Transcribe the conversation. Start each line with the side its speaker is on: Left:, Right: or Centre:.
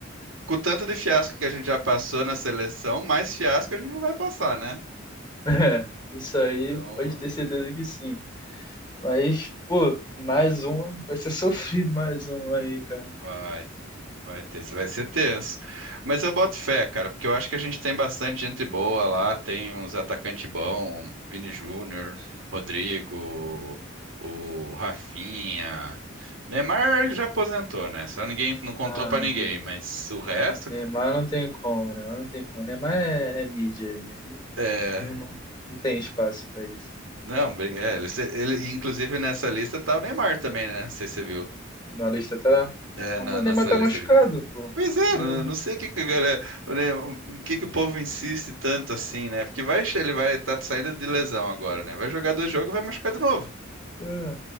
Right: com o tanto de fiasco que a gente já passou na seleção, mais fiasco a gente não vai passar, né?
Left: <laughs> É, isso aí
Right: Então,
Left: pode ter certeza que sim. Mas, pô, mais um. Vai ser <laughs> sofrido mais um aí, cara.
Right: vai. Vai ter, vai ser tenso. Mas eu boto fé, cara, porque eu acho que a gente tem bastante gente boa lá, tem uns atacantes bons, Vini Júnior, Rodrigo, o Rafinha. Neymar já aposentou, né? Só ninguém não contou
Left: Ah,
Right: pra ninguém, mas o resto
Left: Neymar não tem como, Neymar não tem como. Neymar é, é mídia aí. aí
Right: é,
Left: Não, não, não tem espaço pra isso.
Right: não, brin- é, ele, ele- inclusive nessa lista tá o Neymar também, né? Não sei se você viu.
Left: Na lista tá.
Right: É,
Left: Ah,
Right: na,
Left: mas
Right: na
Left: o Neymar
Right: sala
Left: tá machucado,
Right: estrangulante.
Left: pô.
Right: Pois é,
Left: Não,
Right: não, não sei o que que a galera, né, o que que o povo insiste tanto assim, né? Porque vai, che- ele vai estar saindo de lesão agora, né? Vai jogar dois jogos e vai machucar de novo.
Left: não,